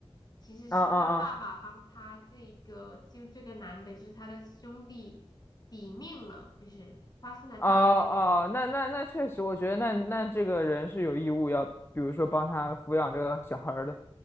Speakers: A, on the left (about 40°); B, on the left (about 25°).
A: 其实是他爸爸帮他这个就这个男的，
B: 啊啊啊！
A: 就是他的兄弟抵命了，就是发生了大火。
B: 哦哦，那那那确实，我觉得那那这个人是有义务要，比如说帮他抚养这个小孩儿的。